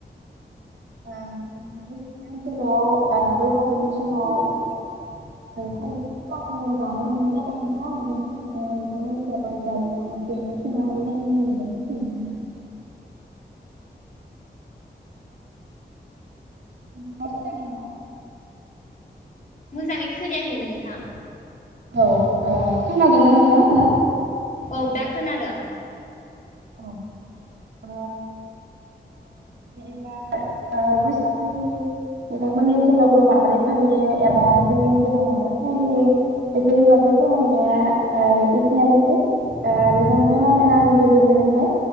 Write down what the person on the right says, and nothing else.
ओं जोंनि ओनसोलाव आ बैसागुनि समाव <unintelligible> फस्लाखौ जानाय नुयो नालाय नोंथां बेनि थाखायनो नोंथांमोननिखैबो जायो नामा इसे सोंनानै नायनि <unintelligible> नोंथाङा खोनादोंना
औ अ खोनादोंना नोंथाङा दा
औ आ बिदिब्ला आ बैसागुनि नोंथांमोननि ओनसोलावबो माबोरै फालियो एबा जोंनि ओनसोलाव माबोरै फालियो बेफोरनि बागै फोरमायनाया ओ एखिनियानोसै ओ नोंथांजों लायरायना आं गोजोननाय मोनबाय